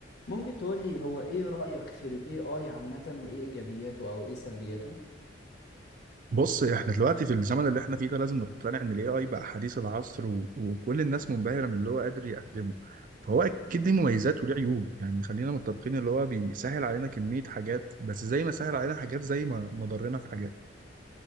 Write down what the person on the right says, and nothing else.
بص احنا دلوقتي في الزمن اللي احنا فيه ده لازم نقتنع ان الاي اي بقى حديث العصر و... وكل الناس منبهره من اللي هو قادر يقدمه فهو اكيد ليه مميزات وليه عيوب يعني خلينا متفقين اللي هو بيسهل علينا كميه حاجات بس زي ما سهل علينا حاجات زي ما ما ضرنا في حاجات